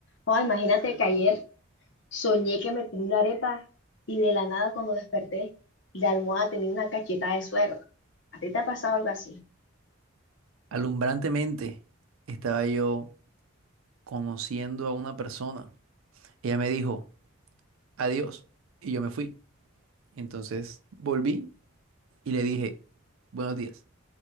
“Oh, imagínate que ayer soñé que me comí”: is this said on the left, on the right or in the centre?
Left